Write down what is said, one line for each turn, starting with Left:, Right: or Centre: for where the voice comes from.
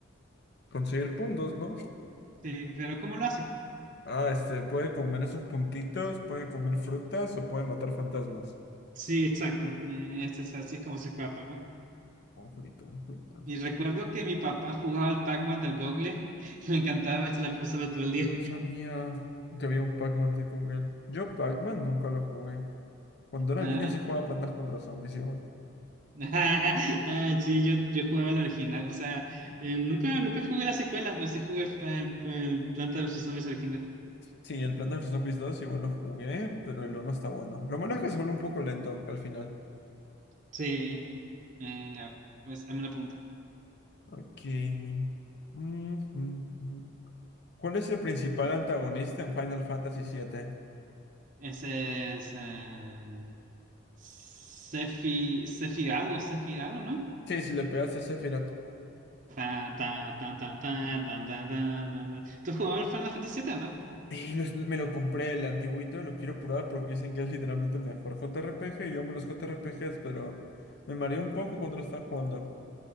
Left: conseguir puntos, ¿no?
Right: Sí, pero ¿cómo lo hace?
Left: Ah, este, puede comer esos puntitos, puede comer frutas o puede matar fantasmas.
Right: Sí, exacto. Eh, es- es así es como se juega Pac-Man.
Left: Un jueguito, un jueguito.
Right: Y recuerdo que mi papá jugaba al Pac-Man del Google. <laughs> Me encantaba y se la pasaba todo el
Left: No
Right: día.
Left: sabía que había un Pac-Man de Google. Yo Pac-Man nunca lo jugué. Cuando era
Right: Ah,
Left: niño sí jugaba Plantas contra Zombies igual.
Right: <laughs> ah, sí, yo, yo jugaba el original. O sea, eh, nunca, nunca jugué las secuelas, pues sí jugué el, el, el Planta vs. Zombies original.
Left: Sí, el Plantas contra Zombies 2 igual lo jugué, pero el uno está bueno. Lo malo es que se vuelve un poco lento al final.
Right: Sí. Eh, a ver, pues dame una pregunta.
Left: Ok. Mm, mm, mm. ¿Cuál es el principal antagonista en Final Fantasy siete
Right: Ese es. eh, Sephi, Sephi algo, Sephi algo, ¿no?
Left: Sí, si le pegas a Sephiroth.
Right: Ta, ta, ta, ta, ta, ta, ta, ta, ta, ta. ¿Tú has jugado al Final Fantasy VII, no?
Left: Y los- me lo compré el antiguito, lo quiero probar porque dicen que es literalmente el mejor JRPG. y Yo amo los JRPGs, pero me mareé un poco cuando lo estaba jugando.